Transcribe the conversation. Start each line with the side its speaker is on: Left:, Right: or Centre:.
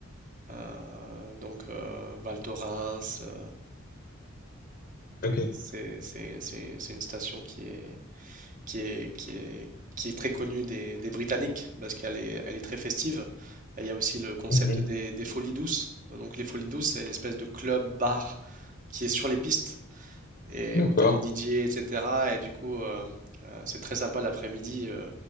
Right: Euh, donc, euh, Val Thorens, euh,
Left: Ok.
Right: c'est, c'est, c'est- c'est une station qui est, qui est, qui est, qui est très connue des, des Britanniques, parce qu'elle est, elle est très festive. Et il y a aussi le concept
Left: Mhm.
Right: des, des folies douces. Donc les folies douces, c'est une espèce de club bar qui est sur les pistes et
Left: D'accord.
Right: où tu as des DJ, etc. Et cetera. Et du coup, euh, euh, c'est très sympa l'après-midi. euh,